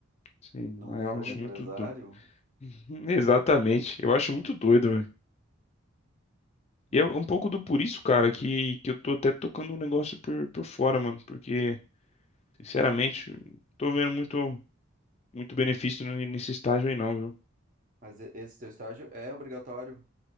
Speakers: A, on the left; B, on the right.
A: Sim,
B: não
A: aí
B: sou
A: eu acho
B: empresário.
A: muito doido. <laughs> Exatamente. Eu acho muito
B: Ah,
A: doido, velho.
B: hum.
A: E é um pouco do por isso, cara, que, que eu tô até tocando o negócio por, por fora, mano. Porque, sinceramente, não tô vendo muito, muito benefício n- nesse estágio aí, não, viu?
B: Mas e- esse teu estágio é obrigatório?